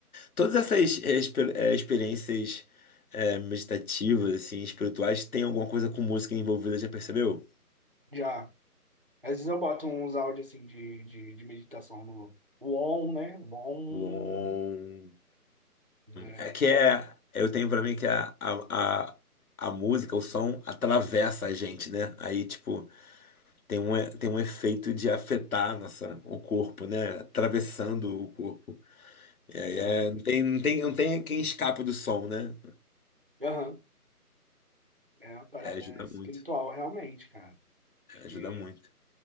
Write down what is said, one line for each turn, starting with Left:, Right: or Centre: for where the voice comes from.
Left: Todas essas eh, exper- eh, experiências eh, meditativas, assim, espirituais, tem alguma coisa com música envolvida, já percebeu?
Right: já. Às vezes eu boto uns áudios, assim, de, de, de meditação no Won, né, Won,
Left: Uom.
Right: né,
Left: É é que é, eu tenho pra mim que a, a, a, a música, o som atravessa a gente, né? Aí, tipo, tem um, e- tem um efeito de afetar nossa, o corpo, né? Atravessando o corpo. É,
Right: não.
Left: é, não tem, não tem, não tem quem escape do som, né?
Right: Aham, É uma parada
Left: É, ajuda
Right: espiritual,
Left: muito,
Right: realmente, cara, porque
Left: é, ajuda muito.